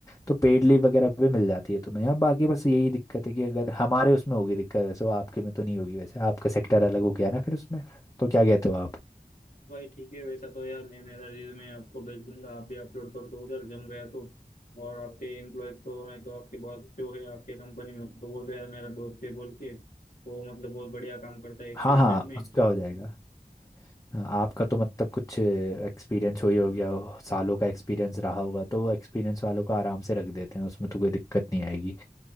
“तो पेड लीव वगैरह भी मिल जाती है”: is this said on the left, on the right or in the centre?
Left